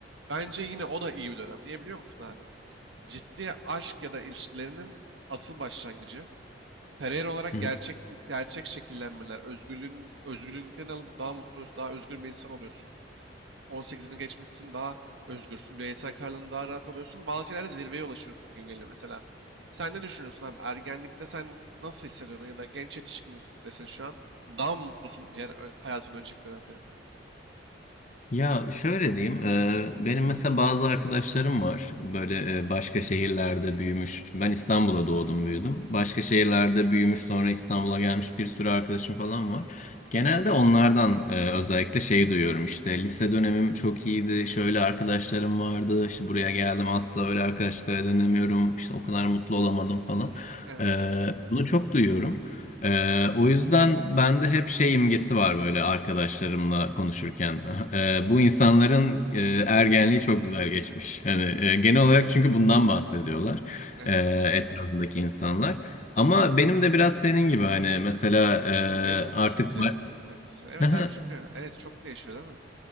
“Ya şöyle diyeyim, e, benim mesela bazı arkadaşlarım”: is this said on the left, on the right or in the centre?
Left